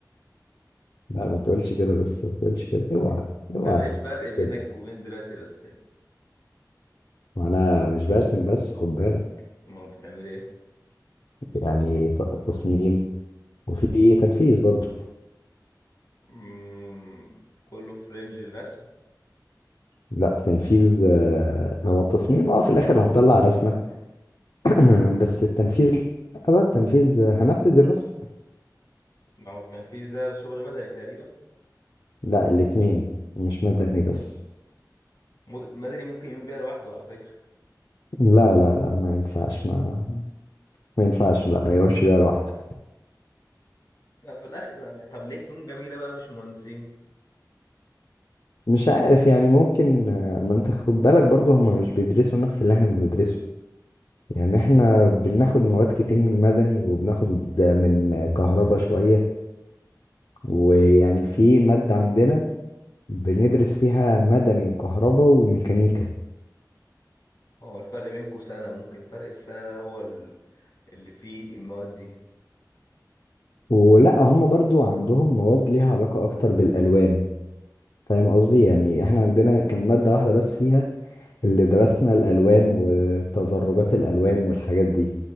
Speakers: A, on the left; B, on the left.
A: لا ما تقولش كده بس ما تقولش كده اوعى
B: <laughs>
A: اوعى
B: طب ايه الفرق
A: تقول
B: بينك
A: كده
B: وبين دلوقتي الرسام
A: وانا مش برسم بس خد بالك
B: امال بتعمل ايه
A: يعني ت- تصميم وفي تنفيذ برضو
B: مم... كله في رينج الرسم
A: لا تنفيذ آه، هو التصميم اه في الاخر هطلع رسمة <clears throat> بس التنفيذ لا بقى التنفيذ آه، هنفذ الرسم
B: ما هو التنفيذ ده شغل مدني تقريبا
A: لا الاتنين مش مدني بس
B: مد- مدني ممكن يقوم بيها لوحده على فكره
A: لا لا لا ما ينفعش ما ما ينفعش لا ما يقومش بيها لوحده
B: طب في الاخر يعني، طب ليه فنون جميله بقى مش مهندسين
A: مش عارف يعني ممكن آه، ما انت خد بالك برضو هما مش بيدرسوا نفس اللي احنا بندرسه يعني احنا بناخد مواد كتير من مدني وبناخد من كهربا شوية ويعني في مادة عندنا بندرس فيها مدني وكهربا وميكانيكا
B: هو الفرق بينكو سنة ممكن فرق السنة ده هو ال- اللي فيه المواد دي
A: ولا هم برضو عندهم مواد ليها علاقة أكتر بالألوان فاهم قصدي يعني احنا عندنا كان مادة واحدة بس فيها اللي درسنا الألوان وتدرجات الألوان والحاجات دي